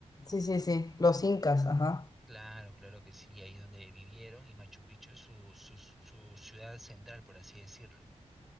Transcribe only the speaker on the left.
Sí, sí, sí, los incas, ajá.